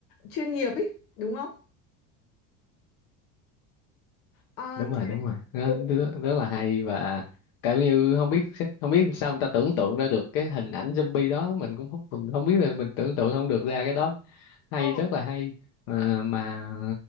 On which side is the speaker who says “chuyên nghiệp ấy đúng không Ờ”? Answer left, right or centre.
Left